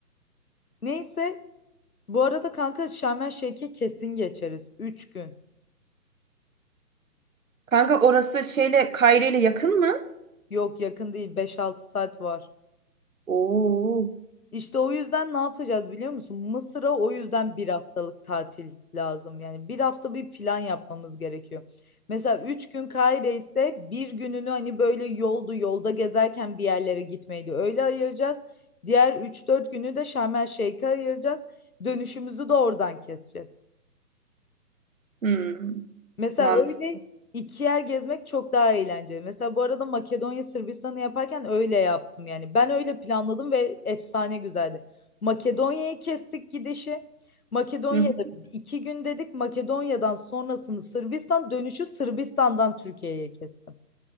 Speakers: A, on the left; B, on the right.
A: Neyse. Bu arada kanka Şarm El Şeyh'e kesin geçeriz. 3 gün.
B: Kanka orası şeyle Kayre ile yakın mı?
A: Yok yakın değil. beş altı saat var.
B: Oo.
A: İşte o yüzden ne yapacağız biliyor musun? Mısır'a o yüzden bir haftalık tatil lazım. Yani bir hafta bir plan yapmamız gerekiyor. Mesela üç gün Kahire ise bir gününü hani böyle yoldu yolda gezerken bir yerlere gitmeydi. Öyle ayıracağız. Diğer üç dört günü de Şarm El Şeyh'e ayıracağız. Dönüşümüzü de oradan keseceğiz.
B: Hmm.
A: Mesela
B: Mantıklı.
A: öyle iki yer gezmek çok daha eğlenceli. Mesela bu arada Makedonya Sırbistan'ı yaparken öyle yaptım yani. Ben öyle planladım ve efsane güzeldi. Makedonya'yı kestik gidişi. Makedonya'da
B: Hı hı.
A: iki gün dedik. Makedonya'dan sonrasını Sırbistan dönüşü Sırbistan'dan Türkiye'ye kestim.